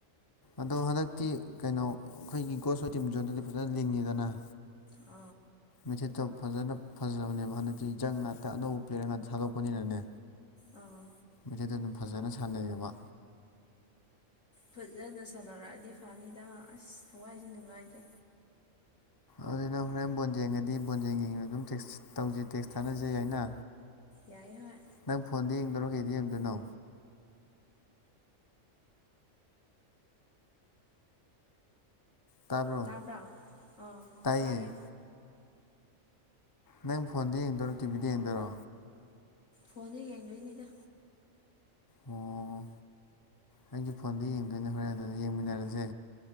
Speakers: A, on the left; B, on the left.
A: ꯑꯗꯣ ꯍꯟꯗꯛꯇꯤ ꯀꯩꯅꯣ ꯑꯩꯈꯣꯏꯒꯤ ꯒꯣꯁ ꯍꯣꯏ ꯇꯤꯝ ꯖꯣꯟꯗꯗꯤ ꯐꯖꯅ ꯂꯤꯡꯉꯤꯗꯅ
B: ꯑ
A: ꯃꯩꯊꯤꯠꯇꯣ ꯐꯖꯅ ꯐꯖꯕꯅꯦꯕ ꯍꯟꯗꯛꯇꯤ ꯖꯪ ꯉꯥꯛꯇ ꯑꯅꯧꯕ ꯄꯦꯔ ꯉꯥꯛꯇ ꯊꯥꯗꯣꯛꯄꯅꯤꯅꯅꯦ
B: ꯑꯥ
A: ꯃꯩꯇꯩꯗ ꯑꯗꯨꯝ ꯐꯖꯅ ꯁꯥꯟꯅꯩꯌꯦꯕ
B: ꯐꯖꯅ ꯁꯥꯟꯅꯔꯛꯑꯗꯤ ꯐꯅꯤꯗ ꯑꯁ ꯊꯋꯥꯏꯁꯦ ꯅꯨꯡꯉꯥꯏꯇꯦ
A: ꯑꯗꯨ ꯅꯪ ꯍꯣꯔꯦꯟ ꯕꯣꯟ ꯌꯦꯡꯉꯗꯤ ꯕꯣꯟꯖꯦꯡ ꯌꯦꯡ ꯑꯗꯨꯝ ꯇꯦꯛꯁ ꯇꯧꯖꯩ ꯇꯦꯛꯁ ꯊꯥꯅꯖꯩ ꯍꯥꯏꯅ
B: ꯌꯥꯏ ꯍꯣꯏ
A: ꯅꯪ ꯐꯣꯟꯗ ꯌꯦꯡꯗꯧꯔꯣ ꯀꯩꯗꯤ ꯌꯦꯡꯗꯣꯏꯅꯣ ꯇꯥꯕ꯭ꯔꯣ
B: ꯇꯥꯕ꯭ꯔꯥ ꯑꯥ
A: ꯇꯥꯏꯌꯦ
B: ꯇꯥꯔꯦ
A: ꯅꯪ ꯐꯣꯟꯗ ꯌꯦꯡꯗꯣꯏꯔꯣ ꯇꯤꯚꯤꯗ ꯌꯦꯡꯗꯣꯏꯔꯣ
B: ꯐꯣꯟꯗ ꯌꯦꯡꯗꯣꯏꯅꯤꯗ
A: ꯑꯣ ꯑꯩꯒꯤ ꯐꯣꯟꯗ ꯌꯦꯡꯗꯣꯏꯅ ꯍꯣꯔꯦꯟ ꯑꯗꯨꯗ ꯌꯦꯡꯃꯤꯟꯅꯔꯁꯦ